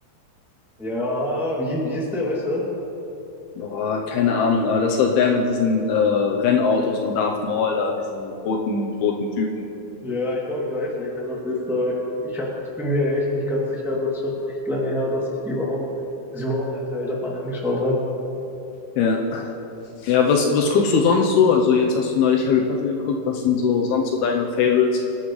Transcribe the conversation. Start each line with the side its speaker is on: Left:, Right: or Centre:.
Centre: Ja, wie, wie hieß der, weißt du das?
Left: Boah, keine Ahnung, aber das war der mit diesen äh, Rennautos und Darth Maul da, diesen roten, roten Typen.
Centre: Ja, ich glaube, ich weiß, ich kann das nicht sagen. Ich hab, ich bin mir echt nicht ganz sicher, das ist schon echt lange her, dass ich die überhaupt, dass ich überhaupt einen Teil davon angeschaut habe.
Left: Ja. Ja, was, was guckst du sonst so? Also jetzt hast du neulich Harry Potter geguckt. Was sind so sonst so deine Favorites?